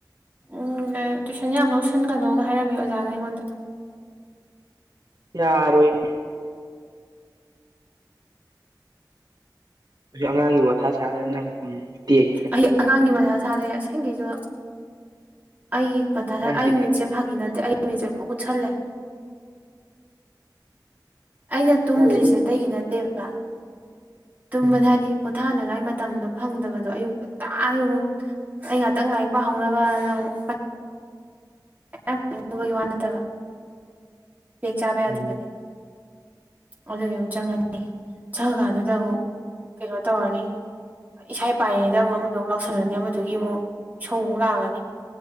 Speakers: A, on the right; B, on the right.
A: ꯎꯝ ꯇꯨꯏꯁꯟ ꯌꯥꯝ ꯂꯧꯁꯤꯟꯒꯅꯣꯒ ꯍꯥꯏꯔꯝꯃꯦ ꯑꯣꯖꯥꯅ ꯑꯩꯉꯣꯟꯗ
B: ꯌꯥꯔꯣꯏꯅꯦ ꯑꯩ ꯑꯉꯥꯡꯒꯤ ꯃꯊꯥ ꯁꯥꯂꯩꯔꯒ ꯅꯪ ꯎꯝ ꯇꯦꯛ
A: ꯑꯩ ꯑꯉꯥꯡꯒꯤ ꯃꯊꯥ ꯁꯥꯂꯩꯔꯦ ꯑꯁꯦꯡꯒꯩꯖꯨ ꯑꯩ ꯃꯊꯥ
B: ꯍꯥꯏꯗꯤ
A: ꯑꯩ ꯃꯤꯠꯁꯦ ꯐꯥꯒꯤ ꯅꯠꯇꯦ ꯑꯩ ꯃꯤꯠꯁꯦ ꯄꯨꯡꯀꯨꯠ ꯀꯨꯠꯁꯜꯂꯦ ꯑꯩꯅ
B: ꯑꯉꯥꯡꯒꯤꯗꯣ
A: ꯇꯨꯝꯗ꯭ꯔꯤꯁꯦ ꯑꯥꯇꯩꯒꯤ ꯅꯠꯇꯦꯕ ꯇꯨꯝꯕꯗꯤ
B: ꯎꯝ
A: ꯍꯥꯏꯗꯤ ꯄꯣꯊꯥꯅꯉꯥꯏ ꯃꯇꯝꯗꯣ ꯐꯪꯗꯕꯗꯣ ꯑꯌꯨꯛ ꯉꯟꯇꯥ ꯑꯃꯨꯛ ꯑꯩ ꯉꯥꯛꯇꯪ ꯂꯥꯏꯔꯤꯛ ꯄꯥꯍꯧꯅꯕꯅ ꯑꯃꯨꯛ ꯑꯃ ꯑꯃꯒꯤ ꯋꯥ ꯅꯠꯇꯕ ꯕꯦꯛ ꯆꯥꯕ ꯌꯥꯗꯕꯅꯤꯅ
B: ꯎꯝ
A: ꯑꯗꯨꯏ ꯑꯃꯨꯛ ꯆꯪꯉꯅꯤ ꯆꯪꯉꯀꯥꯟꯗꯨꯗ ꯑꯃꯨꯛ ꯀꯩꯅꯣ ꯇꯧꯔꯅꯤ ꯏꯁꯥꯏ ꯄꯥꯏꯔꯤꯉꯩꯗ ꯑꯃꯨꯛ ꯑꯃꯗꯨ ꯑꯃꯨꯛ ꯂꯥꯛꯁꯜꯂꯅꯤ ꯑꯃꯗꯨꯒꯤ ꯑꯃꯨꯛ ꯏꯁꯧ ꯑꯃꯨꯛ ꯂꯥꯡꯉꯅꯤ